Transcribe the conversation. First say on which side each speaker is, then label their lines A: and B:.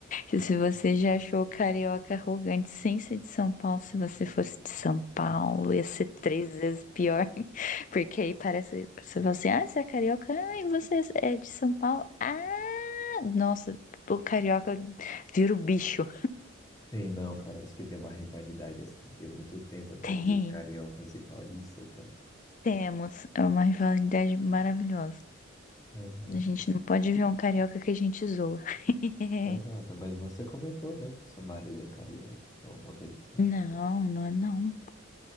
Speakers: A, on the left (about 40°); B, on the left (about 15°).
A: E se você já achou o carioca arrogante sem ser de São Paulo, se você fosse de São Paulo, ia ser três vezes pior. <laughs> Porque aí parece, você fala assim, ah, você é carioca, ah, e você é de São Paulo? Ah, nossa, o carioca vira o bicho.
B: Sim, não, parece que tem uma rivalidade assim de muito tempo, né?
A: Tem.
B: De cariocas e paulistas, né?
A: Temos, é uma rivalidade maravilhosa.
B: Uhum.
A: A gente não pode ver um carioca que a gente zoa. <laughs>
B: Exato, mas você comentou, né? que Seu marido é carioca, ou uma coisa assim.
A: Não, não é não.